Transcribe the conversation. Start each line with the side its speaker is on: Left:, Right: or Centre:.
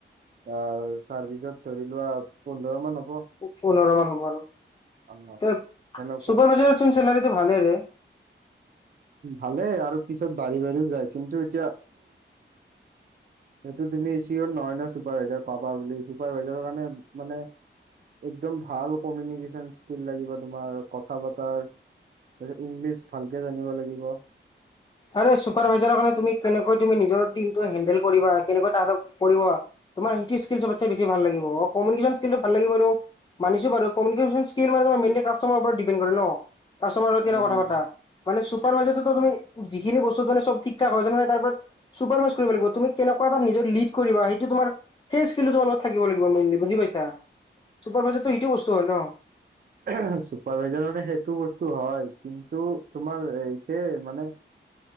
Right: আৰু চাৰ্ভিচত ধৰি লোৱা পোন্ধৰ মান হ'ব।
Left: পোন্ধৰ মান হ'ব আৰু।
Right: অ
Left: চুপাৰভাইজাৰৰ
Right: সেনেকুৱা
Left: চোন চেলাৰিটো ভালে ৰে।
Right: ভালেই আৰু পিছত বাঢ়ি-বাঢ়িও যায়, কিন্তু এতিয়া সেইটো তুমি চিয়ৰ নহয় ন চুপাৰ ভাইজাৰ পাবা বুলি চুপাৰ ভাইজাৰৰ কাৰণে মানে একদম ভাল কমিউনিকেশ্যন স্কিল লাগিব তোমাৰ কথা পতাৰ তাৰপিছত ইংলিছ ভালকে জানিব লাগিব।
Left: আৰু চুপাৰভাইজাৰৰ কাৰণে তুমি কেনেকৈ তুমি নিজৰ টিমতো হেন্ডেল কৰিবা, কেনেকৈ তাহাতক কৰিব তোমাৰ সেইটো স্কিল চবতছে বেছি ভাল লাগিব। অ', কমিউনিকেশ্বন স্কিলটো ভাল লাগিব সেইটো মানিছো বাৰু কমিউনিকেশ্বন স্কিল মানে তোমাৰ মেইনলি কাষ্টামাৰৰ ওপৰত ডিপেণ্ড কৰে ন? কাষ্টামাৰৰ লগত কেনে
Right: নাই
Left: কথা
Right: নাই
Left: পাতা। মানে চুপাৰভাইজাৰতো ত তুমি যিখিনি বস্তু মানে সব ঠিক ঠাক হয় তেনেহলে তাৰ ওপৰত চুপাৰভাইচ কৰিব লাগিব, তুমি কেনেকোৱা এটা নিজৰ লিড কৰিবা সেইটো তোমাৰ সেই স্কিলতো তোমাৰ লগত
Right: নাই
Left: থাকিব লাগিব, মেইনলি বুজি পাইছা, চুপাৰভাইজাৰটো সেইটো বস্তু হয় ন।
Right: <inaudible> চুপাৰ ভাইজাৰ মানে সেইটো বস্তু হয়, কিন্তু তোমাৰ সেই মানে